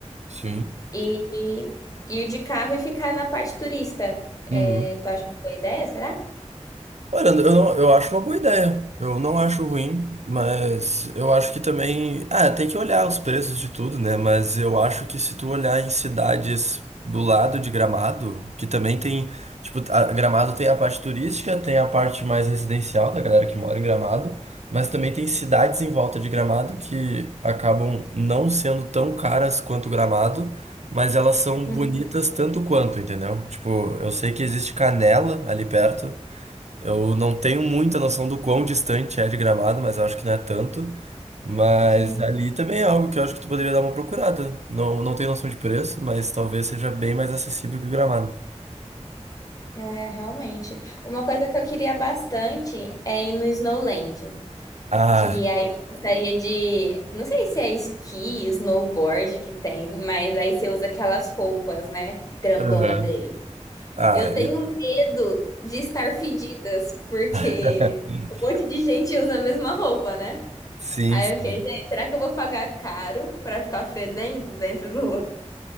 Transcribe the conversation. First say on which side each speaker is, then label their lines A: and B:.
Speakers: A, on the right; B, on the left.
A: Sim.
B: e, e ir de carro e ficar na parte turista. É,
A: Uhum.
B: tu acha uma boa ideia, será?
A: Olha, eu, não- eu acho uma boa ideia. Eu não acho ruim, mas eu acho que também. Ah, tem que olhar os preços de tudo, né? Mas eu acho que se tu olhar em cidades do lado de Gramado, que também tem. Tipo, a- Gramado tem a parte turística, tem a parte mais residencial da galera que mora em Gramado, mas também tem cidades em volta de Gramado que acabam não sendo tão caras quanto Gramado. Mas elas são
B: Uhum.
A: bonitas tanto quanto, entendeu? Tipo, eu sei que existe Canela ali perto, eu não tenho muita noção do quão distante é de Gramado, mas eu acho que não é tanto. Mas
B: Sim.
A: ali também é algo que eu acho que tu poderia dar uma procurada. Não, não tenho noção de preço, mas talvez seja bem mais acessível que o Gramado.
B: É, realmente. Uma coisa que eu queria bastante é ir no Snowland,
A: Ah,
B: que aí eu gostaria de, não sei se é esqui, snowboard que tem, mas aí você usa aquelas roupas, né, grandona
A: aham.
B: deles.
A: Ah,
B: Eu tenho
A: e-
B: medo de estar fedidas, porque
A: <laughs>
B: um monte de gente usa a mesma roupa, né?
A: sim,
B: Aí
A: sim.
B: eu fiquei, gente, será que eu vou pagar caro pra ficar fedendo dentro do local?